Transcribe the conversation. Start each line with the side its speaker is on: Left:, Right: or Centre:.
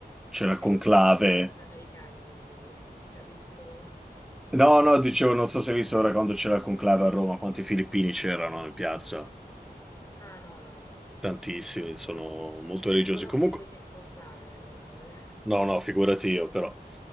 Centre: c'era il
Left: E
Centre: conclave.
Left: io conosco molti sudamericani, quindi <laughs> capisco...
Centre: No, no, dicevo, non so se hai visto ora quando c'era il conclave a Roma, quanti filippini c'erano in piazza.
Left: Ah, no, no, no, non ci ho
Centre: Tantissimi,
Left: fatto caso.
Centre: sono
Left: non-
Centre: molto religiosi.
Left: Non ho
Centre: Comunque,
Left: seguito il conclave, non... <laughs>
Centre: no, no, figurati io, però.